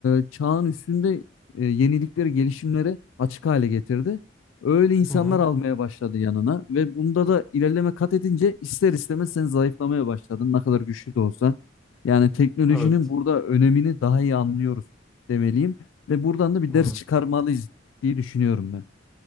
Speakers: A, on the left (about 75°); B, in the centre.
A: e, çağın üstünde e, yeniliklere, gelişimlere açık hale getirdi. Öyle insanlar
B: hı hı,
A: almaya başladı yanına ve bunda da ilerleme kat edince ister istemez sen zayıflamaya başladın ne kadar güçlü de olsan. Yani teknolojinin
B: evet.
A: burada önemini daha iyi anlıyoruz demeliyim ve buradan da bir
B: Hmm.
A: ders çıkarmalıyız diye düşünüyorum ben.